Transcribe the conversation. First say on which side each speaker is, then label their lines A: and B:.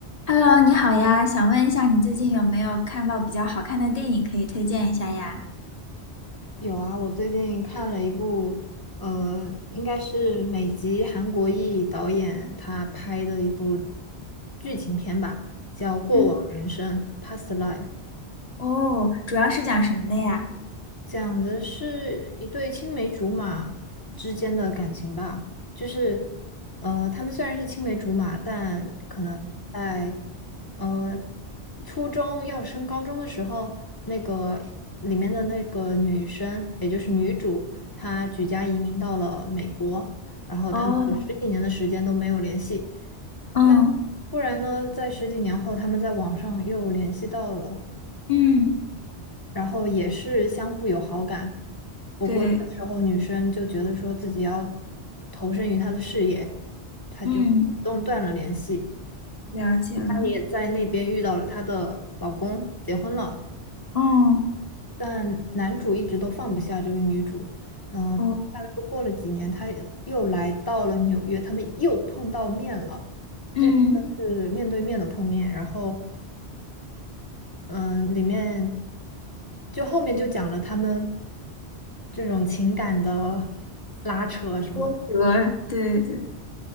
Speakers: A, on the left; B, on the left.
A: Hello，你好呀，想问一下你最近有没有看到比较好看的电影可以推荐一下呀？
B: 有啊，我最近看了一部，呃，应该是美籍韩国裔导演他拍的一部剧情片吧，叫《过往人生》（Past
A: 嗯，
B: Life）。
A: 哦，主要是讲什么的呀？
B: 讲的是一对青梅竹马之间的感情吧，就是，呃，他们虽然是青梅竹马，但可能在，呃，初中要升高中的时候，那个里面的那个女生，也就是女主，她举家移民到了美国，然后他们有十几年的时间都没有联系，
A: 哦，
B: 那
A: 嗯
B: 突然呢，在十几年后，他们在网上又联系到了。
A: 嗯，
B: 然后也是相互有好感。不过这个时候女生就觉得说自己要
A: 对，
B: 投身于他的事业，她就主动断了联系。
A: 嗯，了解了，
B: 她也在那边遇到了她的老公，结婚了，
A: 嗯
B: 但男主一直都放不下这个女主。嗯、
A: 哦，
B: 大概过了几年，他又来到了纽约，他们又碰到面了。
A: 嗯，
B: 这次是面对面的碰面，然后。嗯，里面就后面就讲了他们这种情感的拉扯什么。
A: 波折，对对，对